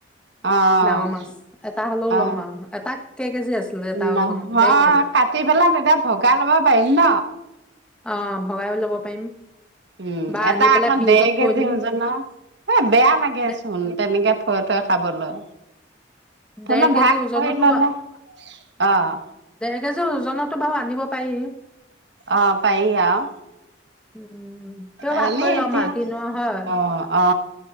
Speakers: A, on the right; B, in the centre.
A: অ-অ,
B: ডাঙৰ মাছ এটা হ'লেও ল'ম আৰু এটা কেই কেজি আছিলে এটা
A: নহয়
B: ওজনৰ ডেৰ কেজি
A: কাট কাটি পেলাই তেতিয়া ভগাই ল'ব পাৰিম ন।
B: অ, ভগায়ো ল'ব পাৰিম।
A: উম
B: বা
A: এটা
B: আনি পেলাই
A: আকৌ
B: ফ্ৰিজত
A: দেৰ কেজি
B: থৈ দিম
A: ওজন এ বেয়া লাগে
B: দে
A: চোন তেনেকে থৈ - থৈ খাবলৈ। ধৰি
B: ডেৰ
A: ল
B: কেজি
A: ভাগ
B: ওজনতো
A: কৰি ললে অ, '
B: ওজনো বাৰু আনিব পাৰি।
A: অ, 'পাৰি আও।
B: উম তেও
A: এনেই
B: ভাগ কৰি ল'ম
A: এতিয়া
B: আৰু
A: অ-অ।
B: কিনো আৰু হয়